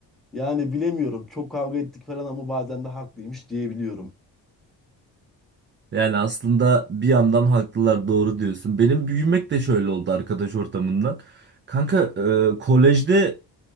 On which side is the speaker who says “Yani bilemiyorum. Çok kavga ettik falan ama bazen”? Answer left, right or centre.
Centre